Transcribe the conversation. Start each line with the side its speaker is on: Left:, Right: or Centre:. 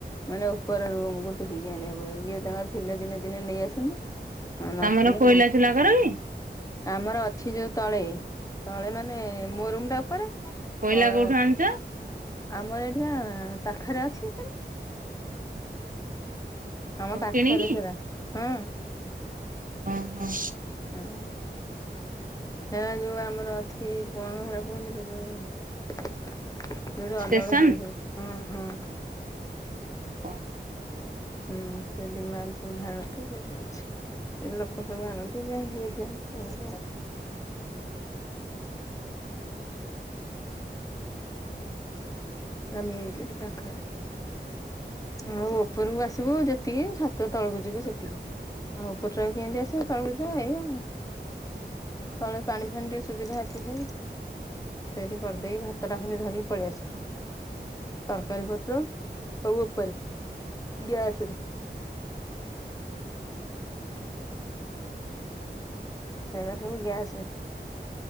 Left: ମାନେ ଉପର ରୁମ୍ କୁ ଟେକିକି ଆଣିବା ପାଇଁ ଇଏ ତାଙ୍କର ଥିଲେ ଦିନେ ଦିନେ ନେଇ ଆସନ୍ତି। ହଁ ନଥିଲେ
Right: ତମର କୋଇଲା
Left: ମୁଁ
Right: ଚୁଲା କର କି
Left: ଆମର ଅଛି ଯୋଉ ତଳେ, ତଳେ ମାନେ ମୋ ରୁମ୍ ଟା ଉପରେ।
Right: କୋଇଲା
Left: ତଳେ
Right: କୋଉଠୁ ଆଣିଛ?
Left: ଆମର ଏଠି ଆ, ପାଖରେ ଅଛି ସେଟା। ଆମ ପାଖରେ
Right: କିଣିକି
Left: ସେରା ହଁ।
Right: ଅଁ, ହଁ।
Left: ହଁ। ହେ ଯୋଉ ଆମର ଅଛି କଣ ହେରା କୁହନ୍ତି ନା ଯୋଉ। ଜଉଟି
Right: ଷ୍ଟେସନ
Left: ଅଲଡ ହୁଏ ସେଇଠି ହଁ, ହଁ।
Right: ହ।
Left: ହୁଁ ସେଠି ମାଲ ସବୁ ଢାଳନ୍ତି ସେଠି ଅଛି। ସେ ଲୋକ ସବୁ ଆଣନ୍ତି ଯେ ଦିଏ ଦିଅନ୍ତି ସେମିତି ଆଉ। ଆ ମିଳୁଚି ଏଇଟି ପାଖରେ। ଆଉ ଉପରକୁ ଆସିବୁ ଯେତିକି। ଛାତ ତଳକୁ ଯିବୁ ସେତିକି। ଆଉ ଉପରହିକି କେମିତି ଆସିବୁ। ତଳକୁ ଏଇ ଆଉ। ତଳେ ପାଣି ଫାଣି ଟିକେ ସୁବିଧା ଅଛି ସବୁ। ସେଇଠି କରିଦେଇି ଭାତଟା ଖାିଲି ଧରିକି ପଳେଇ ଆସେ। ତରକାରୀ ପତ୍ର ସବୁ ଉପରେ ଗ୍ୟାସ ରେ।
Right: ହୁଁ, ହୁଁ।
Left: ହେରା ସବୁ ଗ୍ୟାସ ରେ।